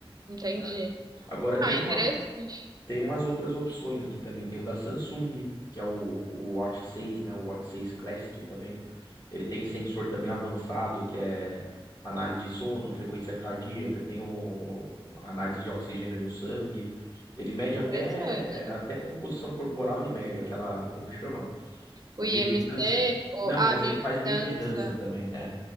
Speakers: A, on the right; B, on the left.
A: Entendi.
B: né? Agora, tem
A: Ah, interessante.
B: uma. Tem umas outras opções aqui também. Tem o da Samsung, que é o, o Watch 6, né? O Watch 6 Classic também. Ele tem sensor também avançado, que é análise de sono, frequência cardíaca, tem o, o- análise de oxigênio no sangue. Ele mede
A: Interessante.
B: até, até composição corporal, ele mede aquela, como que chama?
A: O
B: A
A: IMC,
B: bioimpedância?
A: ou,
B: Não, mas
A: ah, bioimpedância.
B: ele faz bioimpedância também. é.